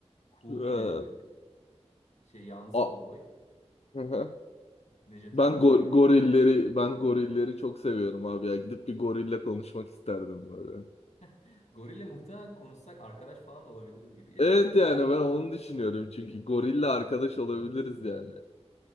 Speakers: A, on the left; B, on the left.
A: Cool
B: hı. Ee,
A: geliyor böyle. Şey yalnız
B: a-
A: kovboy.
B: Hı hı.
A: Nejat
B: Ben
A: İşler
B: go-
A: yani.
B: gorilleri ben gorilleri çok seviyorum abi ya. Gidip bir gorille konuşmak isterdim böyle.
A: <laughs> Gorille muhtemelen konuşsak arkadaş falan da olabiliriz gibi geliyor.
B: Evet
A: <laughs>
B: yani ben onu düşünüyorum çünkü gorille arkadaş olabiliriz yani.